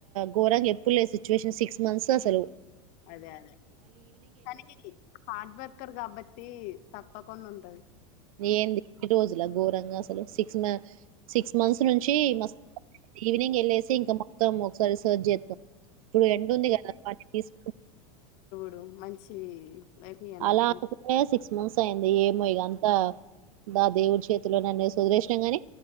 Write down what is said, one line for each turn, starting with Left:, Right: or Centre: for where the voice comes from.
Right: ఘోరంగా ఏప్ పులే సిచ్యువేషన్ సిక్స్ మన్సాసలు
Left: అదే అదే పనికెళ్ళి హాడ్ వర్కర్ కాబట్టి త. పకుండుంటది
Right: ఏంది <unintelligible> రోజుల ఘోరంగా అసలు సిక్స్ మ్యా సిక్స్ మంత్స్ నుంచి మస్ ఈవినింగెళ్ళేసి ఇంకా మొత్తం ఒక్సారి సర్చ్ జేత్తాం ఇప్పుడు ఎండుంది కదా <unintelligible> వాసుకు
Left: డు మంచి లైఫ్ ఇయ్యనీకి
Right: అలా <unintelligible> సిక్స్ మంత్సైంది ఏమో ఇగంతా బ దేవుడి చేతిలోననేసి వదిలేష్నం గాని.